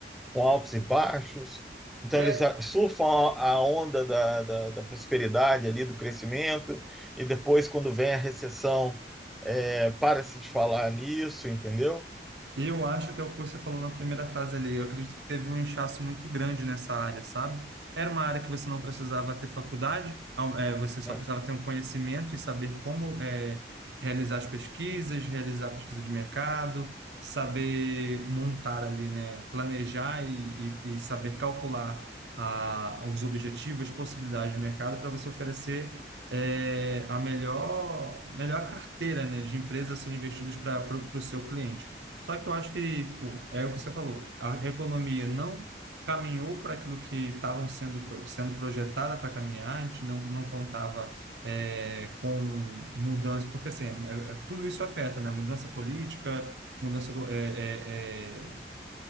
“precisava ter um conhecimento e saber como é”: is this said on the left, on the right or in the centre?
Right